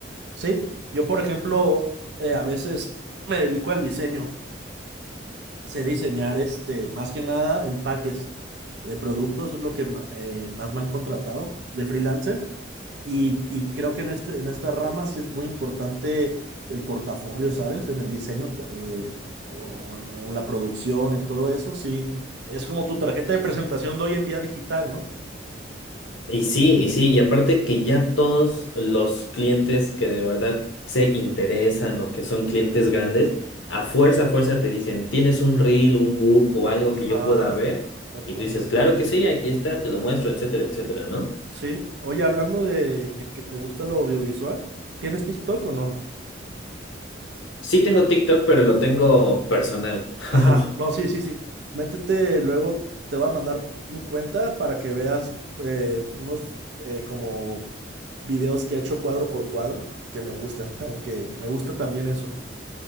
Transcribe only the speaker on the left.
Y sí, y sí, y aparte que ya todos los clientes que de verdad se interesan o que son clientes grandes, a fuerza, a fuerza te dicen, ¿tienes un reel, un book o algo
que yo pueda ver?
Y tú dices, claro que sí, aquí está, te lo muestro, etcétera, etcétera, ¿no?
Sí tengo TikTok, pero lo tengo personal. <laughs>